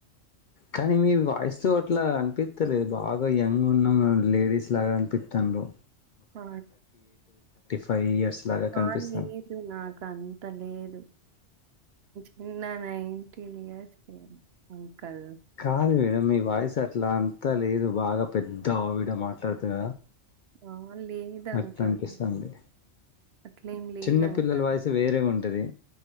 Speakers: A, on the left; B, on the right.
A: కానీ మీ వాయిస్తో అట్లా అనిపిస్తలేదు బాగా యంగ్ ఉన్నాము లేడీస్ లాగా అనిపిస్తాను
B: అ
A: ఫైవ్ ఇయర్స్ లాగా కనిపిస్తాను
B: ఆ లేదు నాకు అంత లేదు చిన్న నైన్టిన్ ఇయర్స్ అంకల్
A: కాదువ్ మీ వాయిస్ అట్లా అంతా లేదు బాగా పెద్దవిడ మాట్లాడుతుద
B: ఆ లేదు అంకల్
A: అట్లా అనిపిస్తంది
B: అట్లేం లేదు
A: చిన్న
B: అంకల్
A: పిల్లల వయసు వేరే ఉంటది